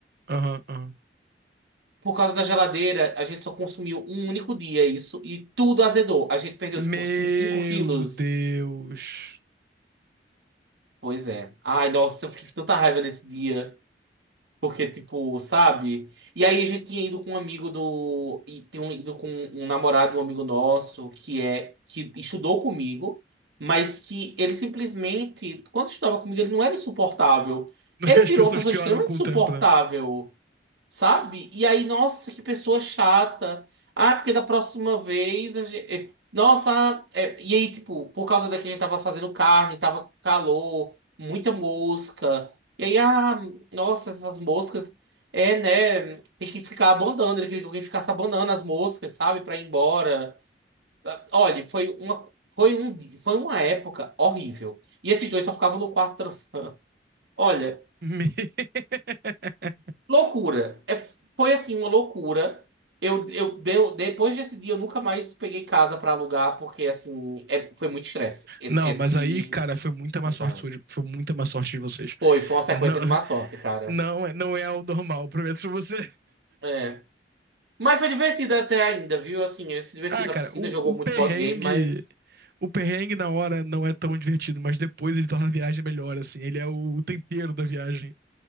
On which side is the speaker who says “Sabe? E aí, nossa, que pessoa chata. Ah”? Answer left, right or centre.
Right